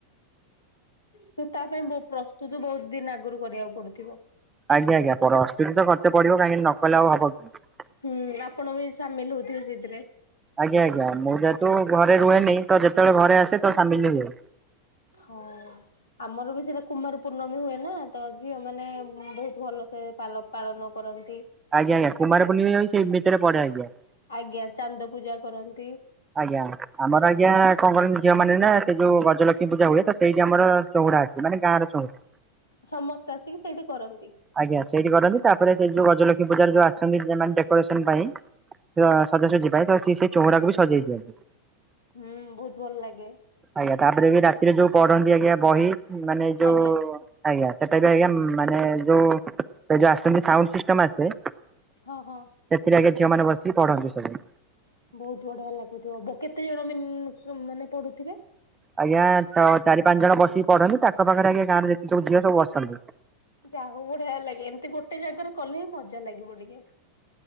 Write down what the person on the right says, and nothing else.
ଆଜ୍ଞା ଆଜ୍ଞା ପ୍ରସ୍ତୂତି ତ କରତେ ପଡ଼ିବ କାହିଁକି ନ କଲେ ଆଉ ହବି କି।
ଆଜ୍ଞା ଆଜ୍ଞା ମୁଁ ଯେହେତୁ ଘରେ ରୁହେନି ତ ଯେତେବେଳେ ଘରେ ଆସେ ତ ସାମିଲ ହୁଏ।
ଆଜ୍ଞା ଆଜ୍ଞା। କୁମାର ପୁର୍ଣିମା ବି ସେ ଭିତରେ ପଢେ ଆଜ୍ଞା।
ଆଜ୍ଞା ଆମର ଆଜ୍ଞା କଅଁ କରନ୍ତି ଝିଅ ମାନ ନା, ସେ ଯୋଉ ଗଜଲକ୍ଷ୍ମୀ ପୂଜା ହୁଏ, ତ ସେଇଠି ଆମ ଚଉଁଡା ଅଛି। ମାନେ ଗାଁର ଚଉଁରା।
ଆଜ୍ଞା ସେଇଠି କରନ୍ତି ତାପରେ ସେଇ ଯୋଉ ଗଜଲକ୍ଷ୍ମୀ ପୂଜାର ଯୋଉ ଆସନ୍ତି ସେମାନେ ଡେକୋରେସନ ପାଇଁ। ସେ ସଜାସଜି ପାଇଁ ତ ସେ ସେଇ ଚଉଁରା କୁ ବି ସଜେଇ ଦିଅନ୍ତି।
ଆଜ୍ଞା ‌ ତାପରେ ବି ରାତିରେ ଯୋଉ ପଢନ୍ତି ଆଜ୍ଞା ବହି ମାନେ ଯୋଉ
ଆଜ୍ଞା ସେଟା ବି ଆଜ୍ଞା ମାନେ ଯୋଉ ସେ ଯୋଉ ଆସନ୍ତି ସାଉଣ୍ଡ ସିଷ୍ଟମ ଆସେ
ସେଥିରେ ଆଜ୍ଞା ଝିଅ ମାନେ ବସିକି ପଢନ୍ତି ସବୁ।
ଆଜ୍ଞା ଚାରି ପାଞ୍ଚ ଜଣ ବସିକି ପଢନ୍ତି ତାଙ୍କ ପାଖରେ ଆଜ୍ଞା ଗାଁରେ ଯେତିକ ସବୁ ଝିଅ ସବୁ ବସନ୍ତି।